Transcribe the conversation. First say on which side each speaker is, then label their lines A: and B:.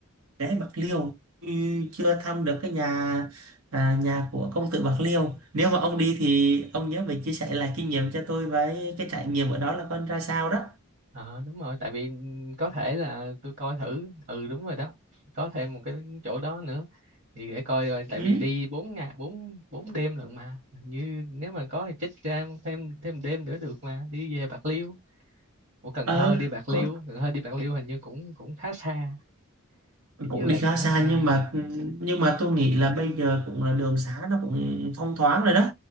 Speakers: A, on the right; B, on the right.
A: ghé Bạc Liêu tôi chưa thăm được cái nhà à, nhà của công tử Bạc Liêu nếu mà ông đi thì ông nhớ phải chia sẻ lại kinh nghiệm cho tôi với cái trải nghiệm ở đó là con ra sao đó
B: Ờ đúng rồi tại vì có thể là tôi coi thử ừ đúng rồi đó có thêm một cái chỗ đó nữa thì để coi rồi tại
A: ừ.
B: vì đi bốn ngày bốn bốn đêm lận mà như nếu mà có thì chích ra thêm thêm đêm nữa được mà đi về Bạc Liêu của Cần
A: ờ
B: Thơ đi Bạc
A: Có
B: Liêu Cần Thơ đi Bạc Liêu hình như cũng cũng khá xa hình
A: cũng
B: như là
A: đi
B: cũng
A: khá xa
B: khá xa
A: nhưng
B: nhỉ
A: mà nhưng mà tôi nghĩ là bây giờ cũng là đường xá nó cũng thông thoáng rồi đó